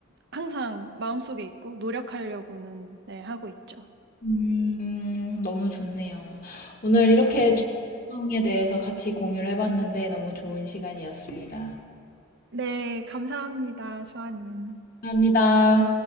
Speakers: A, on the right; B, on the left.
A: 항상 마음속에 있고 노력하려고는 네, 하고 있죠.
B: 음, 너무 좋네요. 오늘 이렇게
A: 네.
B: 취미 활동에 대해서 같이 공유를 해봤는데 너무 좋은 시간이었습니다.
A: 네, 감사합니다, 수아님.
B: 감사합니다.